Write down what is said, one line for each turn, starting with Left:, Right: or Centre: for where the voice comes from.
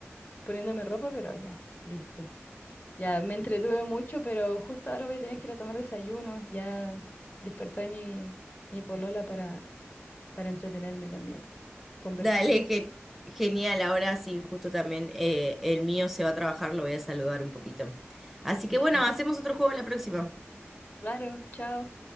Left: poniéndome ropa, pero ya, listo. Ya me entretuve mucho, pero justo ahora voy a tener que ir a tomar desayuno. Ya despertó ahí mi, mi polola para, para entretenerme también, conversarme.
Centre: Dale, que genial. Ahora sí, justo también eh, el mío se va a trabajar, lo voy a saludar un poquito. Así
Left: Listo.
Centre: que bueno, hacemos otro juego la próxima.
Left: Claro, chao.